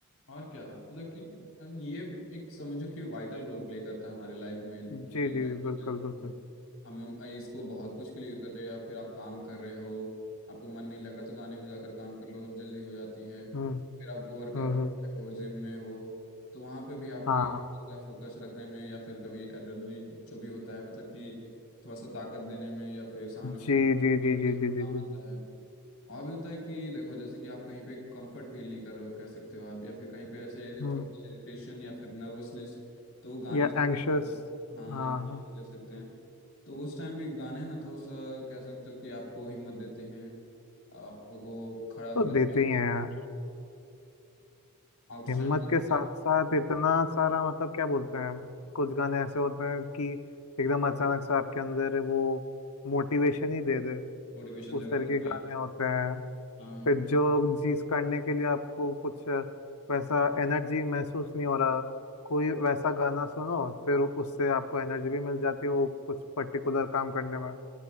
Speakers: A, on the left (about 70°); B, on the left (about 80°).
A: और क्या मतलब कि अब ये एक समझो कि वाइटल रोल प्ले करता है हमारी लाइफ में
B: जी
A: डेली
B: जी
A: लाइफ
B: जी बिल्कुल
A: में क्या सकते
B: बिल्कुल
A: हो। हम हम इसको बहुत कुछ के लिए यूज़ करते हैं या फिर आप काम कर रहे हो आपको मन नहीं लग रहा तो गाने बजा कर काम कर लो जल्दी हो जाती है
B: हम्म
A: फिर आप वर्कआउट
B: हम्म
A: कर
B: हम्म
A: रहे हो जिम में हो तो वहाँ पे भी आपको
B: हाँ
A: ये
B: हाँ
A: होता है फोकस रखने में या फिर कभी एड्रेनलिन जो भी होता है मतलब कि थोड़ा सा ताकत देने में या फिर सहानुभूति
B: जी जी जी
A: आपको
B: जी
A: उसमें
B: जी जी
A: काम
B: जी
A: आता है और भी होता है कि देखो जैसे कि आप कहीं पे कंफर्ट फील नहीं कर रहे हो कह सकते हो आप या फिर कहीं पे ऐसे
B: हम्म
A: थोड़ा सा इरिटेशन या फिर नर्वसनेस तो वो गाने
B: या
A: थोड़ा-
B: एंग्शियस
A: हाँ
B: हाँ
A: एंग्जाइटी
B: हाँ
A: भी कह सकते हैं तो उस टाइम भी गाने ना थोड़ा सा कह सकते हो कि आपको हिम्मत देते हैं आपको खड़ा मतलब
B: तो देते ही हैं यार
A: आउटस्टैंड
B: हिम्मत
A: करने
B: के साथ
A: का
B: साथ इतना सारा मतलब क्या बोलते हैं कुछ गाने ऐसे होते हैं कि एकदम अचानक से आपके अंदर वो मोटिवेशन ही दे दे
A: मोटिवेशन
B: उस
A: जगा
B: तरह के
A: देते हैं
B: गाने होते हैं
A: हाँ
B: फिर जो चीज करने के लिए आपको कुछ वैसा एनर्जी महसूस नहीं हो रहा कोई वैसा गाना सुनो फिर उससे आपको एनर्जी भी मिल जाती है वो कुछ पर्टिकुलर काम करने में